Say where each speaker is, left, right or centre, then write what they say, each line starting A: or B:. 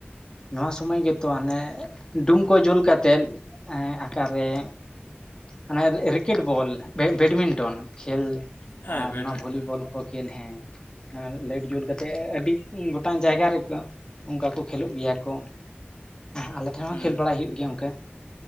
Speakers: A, on the left (about 20°); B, on the left (about 55°).
A: ᱱᱚᱣᱟ ᱥᱚᱢᱚᱭ ᱜᱮᱛᱚ ᱦᱚᱱᱮ ᱰᱩᱢ ᱠᱚ ᱡᱩᱞ ᱠᱟᱛᱮᱫ ᱟᱠᱟᱨ ᱨᱮ ᱚᱱᱮ ᱨᱮ ᱨᱮᱠᱮᱴ ᱵᱚᱞ ᱵᱮ ᱵᱮᱰᱢᱤᱱᱴᱚᱱ ᱠᱷᱮᱞ
B: ᱦᱮᱸ
A: ᱟᱨ
B: ᱵᱮᱰᱢᱤᱱᱴᱚᱱ
A: ᱱᱚᱣᱟ ᱵᱷᱚᱞᱤᱵᱚᱞ ᱠᱚ ᱠᱷᱮᱞ ᱦᱮᱸ ᱚᱱᱟ ᱞᱟᱭᱤᱴ ᱡᱩᱞ ᱠᱟᱛᱮᱫ ᱟᱹᱰᱤ ᱜᱚᱴ ᱢᱤᱫᱴᱟᱝ ᱡᱟᱭᱜᱟ ᱨᱮᱠᱚ ᱚᱱᱠᱟ ᱠᱚ ᱠᱷᱮᱞᱳᱜ ᱜᱮᱭᱟ ᱠᱚ ᱟᱞᱮ ᱴᱷᱮᱱ ᱦᱚᱸ
B: ᱦᱩᱸ
A: ᱠᱷᱮᱞ ᱵᱟᱲᱟᱭ ᱦᱩᱭᱩᱜ ᱜᱮᱭᱟ ᱚᱱᱠᱟ